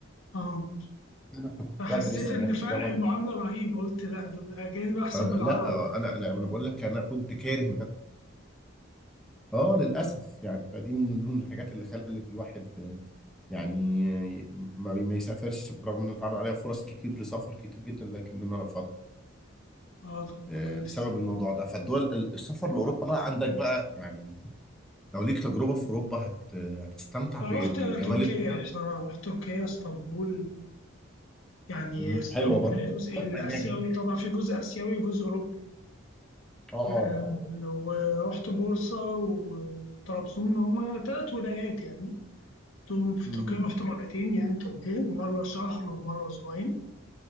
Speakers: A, on the left; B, in the centre.
A: اه
B: أنا كنت
A: فحسيت
B: بدرس
A: ان
B: هناك
A: فرق
B: في جامعة
A: المعامله رهيب قلت لا دول الاجانب احسن
B: لا
A: من العرب
B: أنا أنا أنا بقول لك أنا كنت كاره اه للاسف يعني فدي من ضمن الحاجات اللي خلت الواحد آه، يعني آه، ما ما يسافرش برغم انه اتعرض عليها فرص كتير لسفر كتير جدا لكن انا رفضت
A: اه طب
B: آه،
A: كويس
B: بسبب الموضوع ده فالدول ال- السفر لاوروبا بقى عندك بقى يعني لو ليك تجربه في اوروبا هت هتستمتع
A: فرحت
B: بالجمال
A: تركيا
B: الط-
A: بصراحة رحت تركيا اسطنبول يعني
B: مم،
A: اسطنبول
B: حلوه برضه
A: الجزء
B: أتوقع
A: الآسيوي
B: إن هي جميلة.
A: طبعا في جزء آسيوي وجزء أوروبي
B: اه
A: آه، ورحت بورصة وطرابزون هما تلات ولايات يعني رحتهم في
B: مم.
A: تركيا رحت مرتين يعني تركيا مرة شهر ومرة أسبوعين